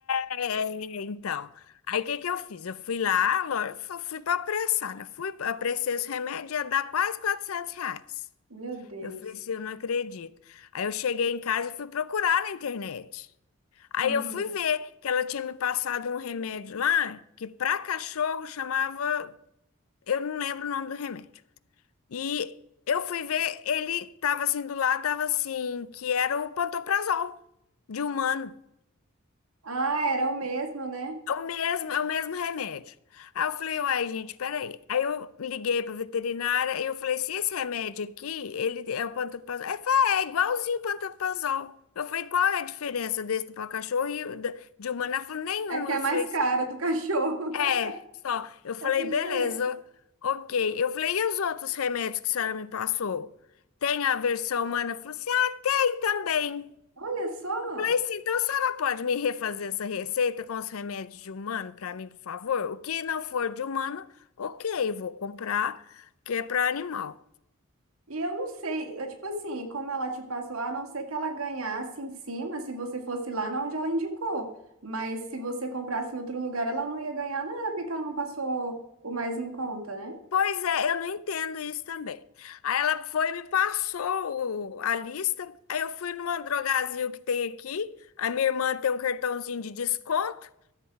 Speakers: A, on the left; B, on the right.
A: É, é, é, então. Aí o que que eu fiz? Eu fui lá, a loja- fu- fui para apressar, né? Fui, apressei os remédios, ia dar quase 400 reais.
B: Meu Deus.
A: Eu falei assim, eu não acredito. Aí eu cheguei em casa e fui procurar na internet. Aí
B: Uhum.
A: eu fui ver que ela tinha me passado um remédio lá, que para cachorro chamava, eu não lembro o nome do remédio. E eu fui ver, ele tava assim do lado, tava assim, que era o pantoprazol de humano.
B: Ah, era o mesmo, né?
A: É o mesmo, é o mesmo remédio. Aí eu falei, uai, gente, peraí. Aí eu liguei pra veterinária e eu falei, se esse remédio aqui, ele é o pantoprazol. Ela falou, é é igualzinho o pantoprazol. Eu falei, qual é a diferença desse para cachorro e o da- de humano? Ela falou, nenhum.
B: É que
A: Eu
B: é mais
A: falei,
B: caro do cachorro.
A: é,
B: <laughs>
A: só. Eu falei,
B: Essa é a
A: beleza,
B: diferença.
A: ok. Eu falei, e os outros remédios que a senhora me passou? Tem a versão humana? Ela falou assim, ah, tem também.
B: Olha só!
A: Falei assim, então a senhora pode me refazer essa receita com os remédios de humano para mim, por favor? O que não for de humano, ok, vou comprar, que é para animal.
B: E eu não sei, é tipo assim, como ela te passou, a não ser que ela ganhasse em cima, se você fosse lá na onde ela indicou. Mas se você comprasse em outro lugar, ela não ia ganhar nada, porque ela não passou o mais em conta, né?
A: Pois é, eu não entendo isso também. Aí ela foi e me passou o- a lista. Aí eu fui numa drogazil que tem aqui. A minha irmã tem um cartãozinho de desconto.